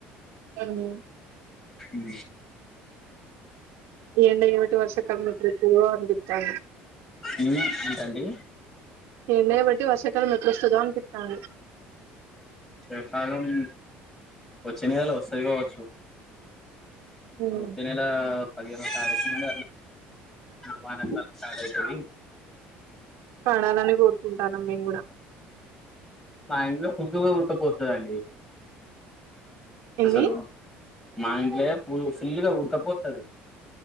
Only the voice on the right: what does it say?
హలో
ఏందటి వర్ష కాలంలో ప్ర అంది తా
ఎనే బట్ వర్షాకాలం లో ప్రస్తుతం అని చెప్పాను
ఉమ్
పడాలని కోరుకుంటానం మేము కూడా
ఏంది